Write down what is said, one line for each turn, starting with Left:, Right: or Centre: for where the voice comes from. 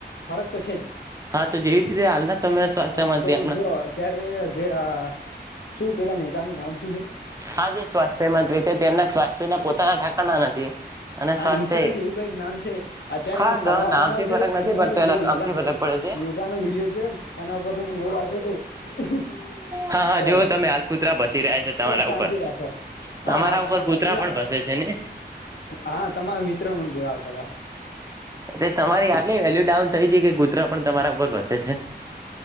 Left: ફરક તો છે જ
Right: હા તો જેવી રીતે હાલના સમયે સ્વાસ્થ્ય
Left: હા
Right: મંત્રી
Left: તો
Right: આપણા
Left: જો અત્યારે જે આ શું પેલા નેતાનું નામ શું છે
Right: આ જે સ્વાસ્થ્ય મંત્રી છે તેમના સ્વાસ્થ્ય સના પોતા ઠકાણાના નથી અને
Left: હા
Right: સ્વાસ્થ્ય
Left: નિશાંત એવું કઈક નામ છે અત્યારે
Right: હા
Left: મે સવારમાં
Right: નામથી
Left: જ
Right: ફરક નથી
Left: એનો
Right: પડતો એના
Left: જે
Right: કામથી
Left: યોગાનો
Right: ફરક પડે છે
Left: યોગાનો વિડીયો છેને એના ઉપરથી મને એવું લાગત્યું હતું
Right: હા હા
Left: સોરી
Right: જો તમે હાલ કૂતરા ભસી રહ્યા છે તમારા
Left: શાંતિ
Right: ઉપર
Left: રાખો હા
Right: તમારા
Left: હા
Right: ઉપર કૂતરા
Left: અલા
Right: પણ ભસે છે ને
Left: હા તમારા મિત્રો મને બોલાવતા હતા
Right: એ તમારી આટલી વેલ્યુ ડાઉ થઈાય ગ. મિત પણ તમારા ઉપર વસે છે.